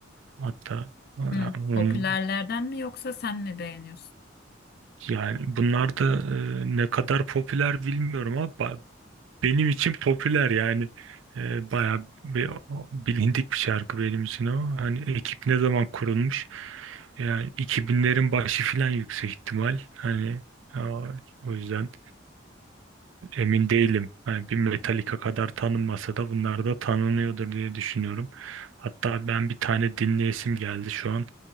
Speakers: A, on the right (about 80°); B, on the left (about 50°).
A: Hatta e,
B: Hı,
A: onun
B: popülerlerden mi yoksa sen mi beğeniyorsun?
A: Yani bunlar da e, ne kadar popüler bilmiyorum ama ba- benim için popüler yani e, bayağı bir, bilindik bir şarkı benim için o. Hani ekip ne zaman kurulmuş? Yani 2000'lerin başı filan yüksek ihtimal. Hani a- o yüzden emin değilim. Hani bir Metallica kadar tanınmasa da bunlar da tanınıyordur diye düşünüyorum. Hatta ben bir tane dinleyesim geldi şu an.